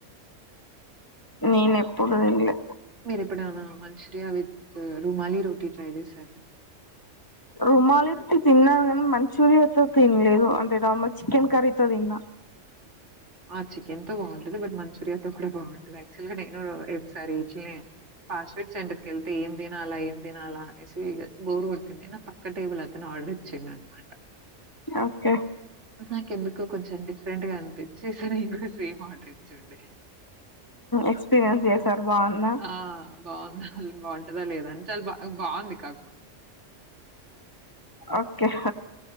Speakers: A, on the left; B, on the right.
A: నేను ఎప్పుడు తినలే
B: మీరు ఎప్పుడూ అయినా మచురియా విత్ రూమాలి రోటీ ట్రై చేసారా
A: రుమాలి రోటి తిన్నాను కానీ మంచూరియాతో తిన్లేదు అంటే నార్మల్ చికెన్ కర్రీతో తిన్నా
B: ఆ చికెన్ తో బాగుంటది బట్ మంచూరియా తో కూడా బాగుంటంది యాక్చువల్ గా నేనుసారి ఇట్నే ఫాస్ట్ ఫుడ్ సెంటర్కి వెళ్తే ఏం తినాలా ఏం తినాలా అనేసి బోరు కొట్టింది నా పక్క టేబుల్ అతను ఆర్డర్ ఇచ్చిండు అనమాట
A: ఓకే
B: నాకెందుకు కొంచెం డిఫరెంట్ గా అనిపించి చూసి నేను కూడా సేమ్ ఆర్డర్ ఇచ్చండి
A: ఎక్స్పీరియన్స్ చేసారు బాగుందా
B: ఆ బాగు బాగుంటందా లేదని చాలు బా బాగుంది కా
A: ఓకే